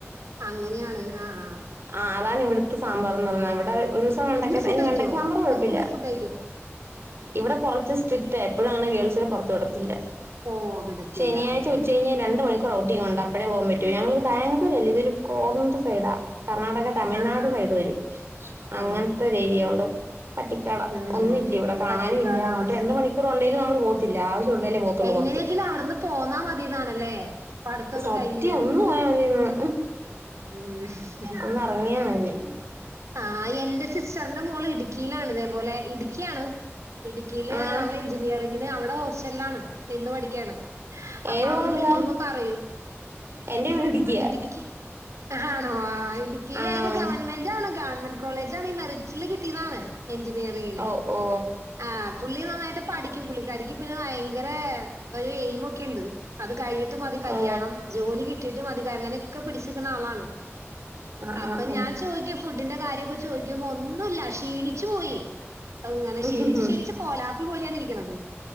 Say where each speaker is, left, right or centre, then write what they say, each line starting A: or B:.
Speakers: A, on the right; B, on the right.
A: അങ്ങനെയാണ് ആ ആ
B: ആഹ് അതാണ് ഇവിടുത്തെ സാമ്പാർന്ന് പറഞ്ഞത് ഇവിടെ ഒരു ദിവസം വെണ്ടക്ക
A: നീ ഫുഡ്
B: ഇനി
A: കഴിക്കോ
B: വെണ്ടക്ക സാമ്പാർ കുഴപ്പില്ല
A: പുറത്ത് പോയി ഫുഡ് കഴിക്കോ
B: ഇവിടെ കുറച്ച് സ്ട്രിക്റ്റ എപ്പോഴും അങ്ങനെ ഗേൾസെ പുറത്തു വിടത്തില്ല
A: ഓ വിടത്തില്ല
B: ശനിയാഴ്ച
A: ഉം
B: ഉച്ച കഴിഞ്ഞൽ രണ്ട മണിക്കൂർ ക്രൗഡി ഉണ്ട് അപ്പോടെേ പോകാൻ പറ്റൂ ഞങ്ങളത് ബാ്ലൂർല്ല ഇൊ ഒരു കോർണർ സൈഡാ കർണാടക തമിഴ്നാട്
A: ആഹ് ആഹ്
B: സൈഡ് വരും അങ്ങനത്തെ
A: ആഹ്
B: ഒരു ഏരിയ കൊണ്ടണ്ട് പട്ടിക്കാട
A: ഉം
B: ഒന്നുമില്ലല്ല
A: ഉം
B: ഇവിടെ കാണാനും
A: പട്ടിക്കാടാണ്
B: ഇല്ല അ രണ്ട മണിക്കൂർ ഉണ്ടെേിലും നമ്മൾ പോ ത്തില്ല ആവശ്യ ഉണ്ടേലേപോകത്തുള്ളൂ
A: എങ്ങനെയെങ്കിലും
B: പുറത്തു
A: അവിടുന്ന് പോന്നാ മതിന്നാണല്ലേ പഠിത്തൊക്കെ
B: സത്യം
A: കഴിഞ്ഞ്
B: ഒന്ന്ു പോയാ മതിന്ന്
A: ഉ
B: ഒന്ന് ഇറങ്ങിയാ മതി
A: ആ എന്റെ സിസ്റ്ററിന്റെ മോള് ഇടുക്കിയിലാണ് ഇതേപോലെ ഇടുക്കിയ ആാണ് ഇടുക്കിയില്
B: ആഹ്
A: അവടെ എഞ്ചിനീയറിങ്ങിന് അവിടെ ഹോസ്റ്റലിലാണ് നിന്ന് പഠിക്കയാണ് അപ്പൊ
B: ഏത്
A: അവള്
B: കോളേജാ
A: വിളിക്കുമ്പോ പറയും
B: എന്റെ വീട് ഇടുക്കിയാ
A: ഇടുക്കി ആണോ ആ ഇടുക്കിയില
B: ആഹ്
A: ഏത് ഗവൺമെന്റ് ആണോ ഗവൺമെന്റ് കോളേജ് ആാണ് ഈ മെറിച്ചില് കിട്ടിയതാണ് എഞ്ചിനീയറിങ്ങിനന്
B: ഓ ഓ
A: ആ പുള്ളി നന്നായിട്ട് പഠിക്കും പുള്ളിക്കാരിക്ക്പിന്നെ ഭയങ്കര ഒരു എയിമ ഒക്കെുണ്ട് അത് കഴിഞ്ഞിട്ട് മതി കല്യാണം
B: ഓ
A: ജോലി കിട്ടിയിട്ട് മതി അങ്ങനെയൊക്കെ പിടിച്ചിരിക്കുന്ന ആളാണ്
B: ആഹ്
A: അപ്പൊ
B: ആഹ്
A: ഞാൻ ചോയ്ിക്കും ഫുഡിന്റെ കാര്യൊക്കെ ചോയ്ിക്കുമ്പ ഒന്നുമല്ല ക്ഷീണിച്ചു പോയി അ ഇങ്ങനെ
B: ആഹ്
A: ക്ഷീണിു ക്ഷീണിച്ച കോലാപ്പി പോലെയാണ് ഇരിക്കണത്